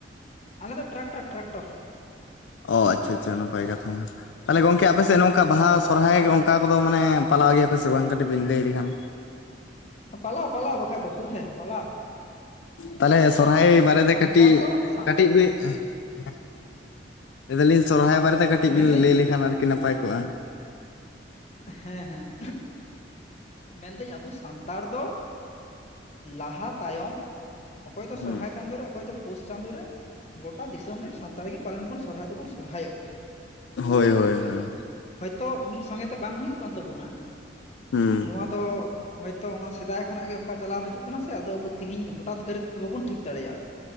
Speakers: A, on the left; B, on the left.
A: ᱟᱞᱮ ᱫᱚ ᱴᱨᱟᱠᱴᱟᱨ ᱴᱨᱟᱠᱴᱚᱨ᱾
B: ᱚ ᱟᱪᱪᱷᱟ ᱟᱪᱪᱷᱟ ᱱᱟᱯᱟᱭ ᱠᱟᱛᱷᱟ᱾ ᱛᱟᱦᱚᱞᱮ ᱜᱚᱝᱠᱮ ᱟᱯᱮᱥᱮᱫ ᱱᱚᱝᱠᱟ ᱵᱟᱦᱟ ᱥᱚᱨᱦᱟᱭ
A: ᱴᱨᱟᱠᱴᱚᱨ
B: ᱚᱱᱠᱟ ᱠᱚᱫᱚ ᱢᱟᱱᱮ ᱯᱟᱞᱟᱣ ᱜᱮᱭᱟ ᱯᱮ ᱥᱮ ᱵᱟᱝ ᱠᱟᱹᱴᱤᱡ ᱵᱤᱱ ᱞᱟᱹᱭ ᱞᱮᱠᱷᱟᱱ᱾
A: ᱯᱟᱞᱟᱣ ᱯᱟᱞᱟᱣ ᱵᱟᱠᱷᱟᱡ ᱫᱚ ᱥᱩᱨ ᱦᱮ ᱯᱟᱞᱟᱣ᱾
B: ᱛᱟᱦᱞᱮ ᱥᱚᱨᱚᱦᱟᱭ ᱵᱟᱨᱮ ᱛᱮ
A: ᱥᱟᱱᱛᱟᱲ
B: ᱠᱟᱹᱴᱤᱡ
A: ᱫᱚ ᱥᱟ
B: ᱠᱟᱹᱴᱤᱡ ᱵᱤ ᱦᱮᱸ ᱞᱟᱹᱭ ᱫᱟᱞᱤᱧ ᱥᱚᱨᱚᱦᱦᱟᱭ ᱵᱟᱨᱮᱛᱮ ᱠᱟᱹᱴᱤᱡ ᱵᱤᱱ
A: ᱢᱮᱱᱫᱟᱹᱧ
B: ᱞᱟᱹᱭ ᱞᱮᱠᱷᱟᱱ ᱟᱨᱠᱤ ᱱᱟᱯᱟᱭ ᱠᱚᱜᱼᱟ᱾
A: ᱦᱮᱸ ᱦᱮᱸ᱾ ᱢᱮᱱᱫᱟᱹᱧ ᱟᱵᱚ ᱥᱟᱱᱛᱟᱲ ᱫᱚ ᱞᱟᱦᱟ ᱛᱟᱭᱚᱢ ᱚᱠᱚᱭ ᱫᱚ
B: ᱦᱩᱸ
A: ᱥᱚᱨᱦᱟᱭ ᱪᱟᱸᱫᱳ ᱨᱮ ᱚᱠᱚᱭ ᱫᱚ ᱯᱳᱥ ᱪᱟᱸᱫᱳ ᱨᱮ ᱜᱚᱴᱟ ᱫᱤᱥᱚᱢ ᱨᱮᱱ ᱥᱟᱱᱛᱟᱲ ᱜᱮ ᱯᱟᱞᱮᱱ ᱵᱚᱱ ᱥᱚᱨᱦᱟᱭ ᱫᱚᱵᱚᱱ ᱥᱚᱨᱦᱟᱭᱚᱜ ᱜᱮᱭᱟ᱾
B: ᱦᱳᱭ᱾ <unintelligible>
A: ᱦᱚᱭᱛᱳ ᱢᱤᱫ ᱥᱚᱸᱜᱮ ᱛᱮ ᱵᱟᱝ ᱦᱩᱭᱩᱜ ᱠᱟᱱ ᱛᱟᱵᱚᱱᱟ᱾
B: ᱦᱩᱸ
A: ᱱᱚᱣᱟ ᱫᱚ ᱦᱚᱭᱛᱚ ᱚᱱᱟ ᱥᱮᱫᱟᱭ ᱠᱷᱚᱱᱟᱜ ᱜᱮ ᱚᱱᱠᱟ ᱪᱟᱞᱟᱣ ᱦᱤᱡᱩᱜ ᱠᱟᱱᱟ ᱥᱮ ᱟᱫᱚ ᱛᱤᱦᱤᱧ ᱦᱚᱴᱟᱛ ᱜᱟᱹᱨᱤ ᱫᱚ ᱵᱟᱵᱚᱱ ᱴᱷᱤᱠ ᱫᱟᱲᱮᱭᱟᱜᱼᱟ᱾